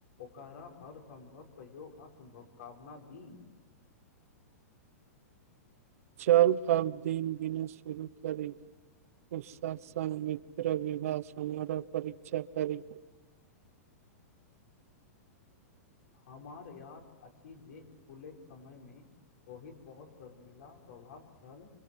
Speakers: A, on the left (about 70°); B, on the right (about 65°).
A: ओकारा हर सम्भव सहयोग आ शुभकामना दी।
B: चल अब दिन-दिन शुरू करी उ स मित्र विवाह समारोह परीक्षा करी।
A: हमार याद अछि जे इस्कुलक समय में रोहित बहुत शर्मिला स्वभाव छल,